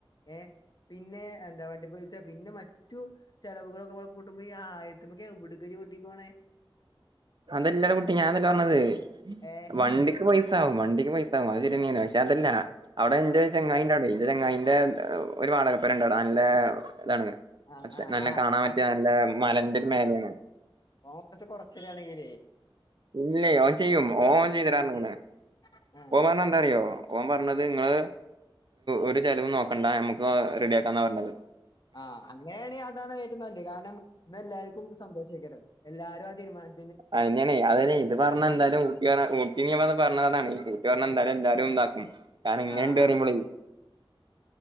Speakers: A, on the left; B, on the right.
A: ഏ പിന്നെ എന്താ വണ്ടിപ്പോ പിന്നെ മറ്റു ചെലവുകളൾക്കെവിടെ കൂട്ടുമ്പോ ഈ ആയിത്തിമാക്കെയാകും എവിടക്ക ചോട്ടിക്ക പോണേ
B: അതെല്ലാടാ കുട്ടി ഞാനതല്ല പറഞ്ഞത്
A: ഏ
B: വണ്ടിക്ക് പൈസ ആകവും വണ്ടിക്ക് പൈസ ആവു അത് ശെരിയാന്നെയാണ് ല്അതല്ല അവിടെ എന്റെ
A: ആഹ്
B: ചെങ്ങായിന്റെ അടെ എന്റെ ചെങ്ങായിന്റെ ഒരു വാടകപ്പേരിണ്ട് അടാ നല്ല അതാണ്
A: ആഹ് ആഹ്
B: നല്ല
A: ആഹ്
B: കാണാൻ പറ്റിയ നല്ല മലന്റെ ഒരു മേലാണ്
A: പോ കൊറച്ചുരിയാണെങ്കിൽ
B: ഇല്ല ഓൻ ചെയ്യും
A: പറഞ്ഞ്
B: ഓൻ ചെയ്തിടന്നങ്ങനെ
A: ഒപ്പിച്ചേ ആഹ്
B: ഓൻ പറഞ്ഞ എന്താ അറിയോ ഓൻ പറഞ്ഞത് നിങ്ങള് ഒരു ചലവ് നോക്ക- ണ്ടാ നമുക്ക് റെഡിയ ആക്കാന്നാപറഞ്ഞത്
A: ആഹ് അങ്ങനെയാണെ അതാണ് ഏറ്റവും നല്ലത് കാരണം ഇന്ന് എല്ലാവർക്കും സന്തോഷിക്കണം എല്ലാരും ആ തീരുമാനം
B: അതെയാണ് അതല്ലെ ഇത് പറഞ്ഞ എന്തായാലും ഊട്ടി പറ ഊട്ടി നത് പറഞ്ഞതാണ ഊട്ടി പറഞ്ഞ എന്താലും എല്ലാരും ഇതാക്കും കാർണം ഇങ്ങനെണ്ട്
A: ആഹ്
B: പറയുബോളി
A: ആഹ്